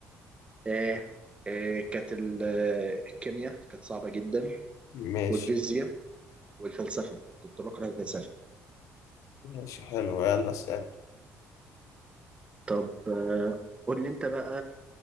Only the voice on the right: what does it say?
آه آه كانت ال- آه، الكيمياء كانت صعبة جدا
والفيزياء والفلسفة كنت بكره الفلسفة
طب آه، قول لي انت بقى